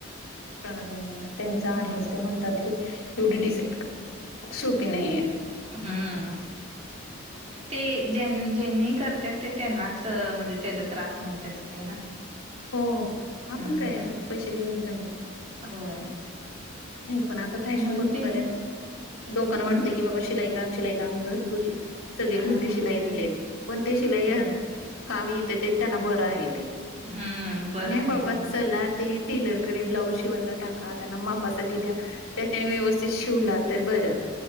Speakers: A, on the left; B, on the right.
A: त्यांच आहे
B: हम्म.
A: ते म्हणतात की एवढी डिसाईड सोपी <unintelligible> नाहीये.
B: हम्म. ते जेनी ज्यांनी करत्यात ते, त्यांनाच म्हणजे त्यांचा त्रास माहीत असते ना.
A: हो
B: हम्म
A: आपण काय फक्त पैसे दिले की झाले.
B: होय.
A: नाही पण आता फॅशन
B: म्हणून
A: भरपूर
B: त्यांनी
A: झालंय. लोकांना
B: हम्म
A: वाटते की बाबा शिलाई. काम. शिलाई काम घरगुती सगळे, घरची
B: हा
A: शिलाई झालेत पण ते शिलाई.
B: होय
A: काम येते ते त्यांना बरं आहे ते,
B: हम्म बरं
A: नाही
B: आहे
A: बाबा
B: उलट
A: चला. ते टेलरकडे ब्लाऊज शिवायला टाका. त्यांना मापासाठी द्या. त्या त्यांनी व्यवस्थित शिवला तर बरं.